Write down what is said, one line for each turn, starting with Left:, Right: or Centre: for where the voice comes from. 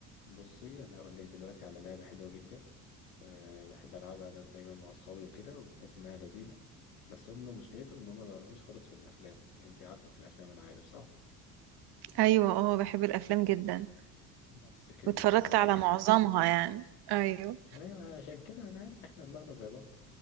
Left: بصي انا هقول لك دلوقتي على لعبه حلوه جدا أه بحب العبها انا دايما مع اصحابي وكده وبحس انها لذيذه بس هم مشكلتهم ان هم ما بيعرفوش خالص في الافلام انت عارفه في الافلام انا عارف صح
Right: ايوه اه بحب الافلام جدا
Left: بس كده
Right: واتفرجت
Left: دي اهم
Right: على
Left: حاجه
Right: معظمها يعني ايوه
Left: ايوه عشان كده انا عارف احنا دماغنا زي بعض